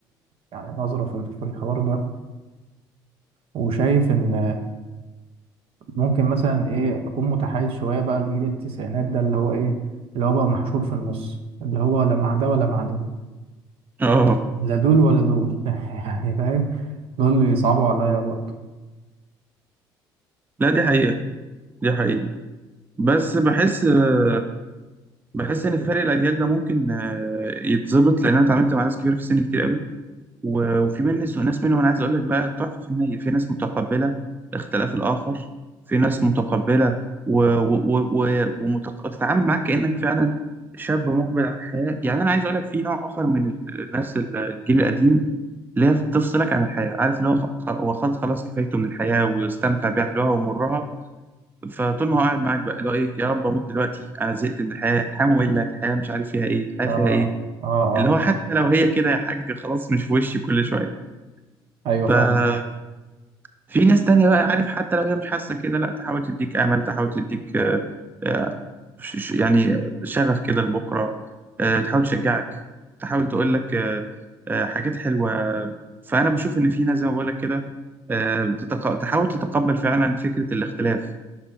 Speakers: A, on the right; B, on the right.
A: يعني نظرة في في الحوار ده وشايف إن ممكن مثلا ايه اكون متحيز شويه بقى لجيل التسعينات ده اللي هو ايه اللي هو بقى محشور في النص اللي هو لا مع ده ولا مع ده
B: اه
A: لا دول ولا دول <laughs> يعني فاهم دول اللي يصعبوا عليا برضه
B: لا دي حقيقة دي حقيقة بس بحس آه، بحس ان فرق الاجيال ده ممكن آه، يتظبط لان انا اتعاملت مع ناس كبيره في السن كتير قوي و- وفي مني وناس منهم انا عايز اقول لك بقى تحفه فنيه في ناس متقبله اختلاف الاخر في ناس متقبله و... و... و... ومتق... وتتعامل معاك كانك فعلا شاب مقبل على الحياه يعني انا عايز اقول لك في نوع اخر من ال- الناس الجيل القديم اللي هي تفصلك عن الحياة عارف اللي هو خ- هو خلاص خلاص كفايته من الحياة واستمتع بيها حلوها ومرها فطول ما هو قاعد معاك بقى اللي هو ايه يا رب اموت دلوقتي انا زهقت من الحياة الحياة مملة الحياة مش عارف فيها ايه الحياة
A: اه
B: فيها ايه
A: اه اه
B: اللي هو حتى لو هي كده يا حاج خلاص مش في وشي كل شوية
A: ايوه
B: ف
A: فاهم
B: في ناس تانية بقى عارف حتى لو هي مش حاسة كده لا تحاول تديك أمل تحاول تديك آه، آه، ش- ش- يعني شغف كده لبكرة آه، تحاول تشجعك تحاول تقول لك آه، آه، حاجات حلوة فأنا بشوف إن في ناس زي ما بقول لك كده آه، تتق- تحاول تتقبل فعلا فكرة الاختلاف